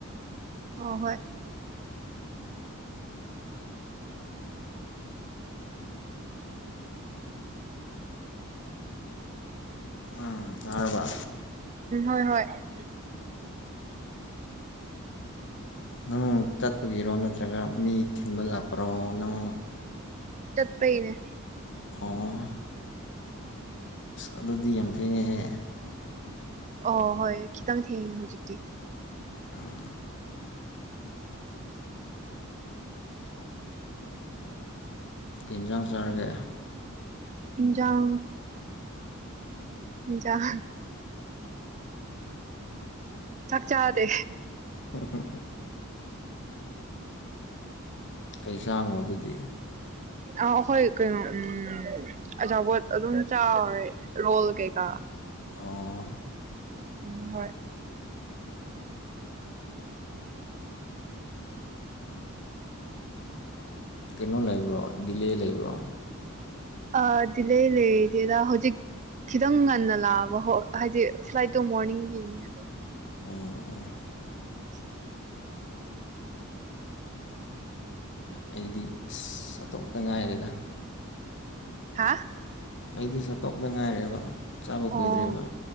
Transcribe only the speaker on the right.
ꯑ ꯍꯣꯏ ꯎꯝ
ꯍꯣꯏ ꯍꯣꯏ ꯎꯝ
ꯄꯩꯅꯦ
ꯑꯣ ꯍꯣꯏ ꯈꯤꯇꯪ ꯊꯦꯡꯉꯦ ꯍꯧꯖꯤꯛꯇꯤ
ꯖꯥꯎ ꯆꯗ ꯆꯖꯗ
ꯑ ꯑꯩꯈꯣꯏ ꯀꯩꯅꯣ ꯎ ꯑꯆꯥꯥꯄꯣꯠ ꯑꯗꯨꯝ ꯆꯥꯎꯔꯦ ꯔꯣꯜ ꯀꯦꯀꯥ
ꯎꯝ ꯍꯣꯏ
ꯑꯗꯤꯂ ꯂꯩꯗꯦꯔ ꯍꯧꯖꯤꯛ ꯈꯤꯇꯪ ꯉꯟꯅ ꯂꯥꯛꯑꯕ ꯍ ꯍꯥꯏꯗꯤ ꯐ꯭ꯂꯥꯏꯠꯇꯣ ꯃꯣꯔꯅꯤꯡꯒꯤꯅꯤ ꯑꯗꯣ
ꯎ
ꯍꯥ
ꯑꯣ